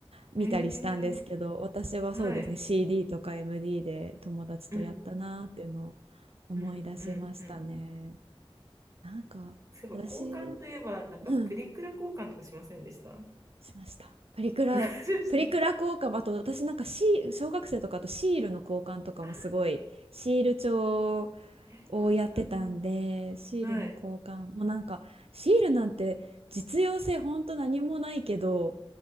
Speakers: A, on the right (about 80°); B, on the right (about 35°).
A: 見たりしたんですけど、
B: えー、
A: 私はそうですね、
B: はい。
A: CD とか MD で友達とやったなーっていうのを
B: うん。
A: 思い出しましたね。
B: うんうんうん
A: なんか私、
B: そういえば交換といえばなんかプリクラ交換とかしませんでした
A: うんしました。プリクラ、
B: <laughs> しました
A: プリクラ交換、あと私なんかシー、小学生とかあとシールの交換とかもすごい、
B: <laughs> あ
A: シール帳
B: ーやりましたね。
A: をやってたんで、シールの交換、
B: はい
A: もうなんか、シールなんて実用性ほんと何もないけど、